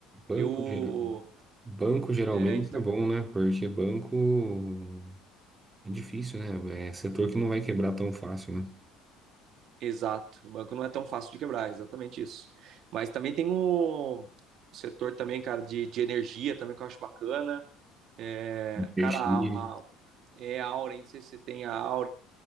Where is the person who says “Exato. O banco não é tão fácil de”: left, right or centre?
Right